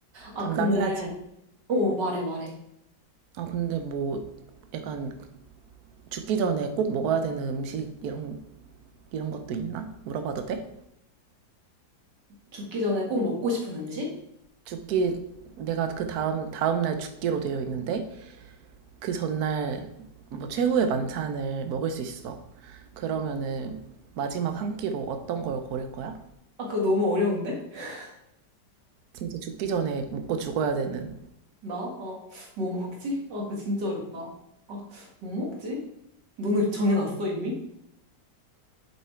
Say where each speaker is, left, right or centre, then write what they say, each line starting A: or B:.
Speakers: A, on the right; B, on the right.
A: 아
B: 감당해야지.
A: 근데 어 말해 말해.
B: 아, 근데 뭐 약간 죽기 전에 꼭 먹어야 되는 음식 이런 이런 것도 있나? 물어봐도 돼?
A: 죽기 전에 꼭 먹고 싶은 음식?
B: 죽기 내가 그 다음 다음 날 죽기로 되어 있는데 그 전날 뭐 최후의 만찬을 먹을 수 있어. 그러면은 마지막 한 끼로 어떤 걸 고를 거야?
A: 아, 그거 너무 어려운데? <laughs>
B: 진짜 죽기 전에 먹고 죽어야 되는.
A: 나? 어, 뭐 먹지? 아, 그거 진짜 어렵다. 아, 뭐 먹지? 너는 정해놨어, 이미?